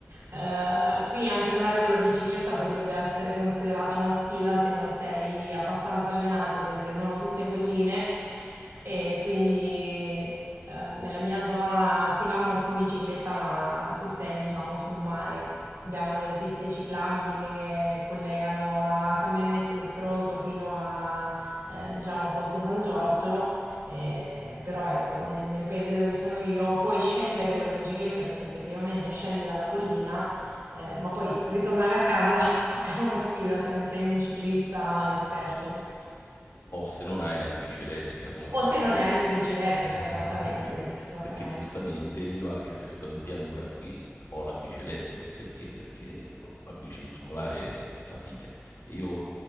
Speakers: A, on the right (about 90°); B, on the left (about 80°).
A: eh, qui anche andare con la bicicletta potrebbe essere considerata una sfida se non sei abbastanza allenato perché sono tutte colline e quindi eh, nella mia zona si va molto in bicicletta, ma se sei diciamo sul mare abbiamo delle piste ciclabili che collegano da San Benedetto del Tronto fino a eh, diciamo Porto San Giorgio eh, però ecco, nel, nel paese dove sono io puoi scendere con la bicicletta perché effettivamente scendi dalla collina, eh, ma poi ritornare a casa <laughs> è una sfida se non sei un ciclista esperto
B: O se non hai la bici elettrica, come ho
A: o
B: fatto
A: se non
B: io,
A: hai
B: perché
A: le bici elettriche,
B: <laughs>
A: esattamente,
B: Perché,
A: esattamente.
B: perché giustamente io, anche se sto in pianura qui, ho la bici elettrica. Perché? Perché con la bici muscolare è fatica. E io,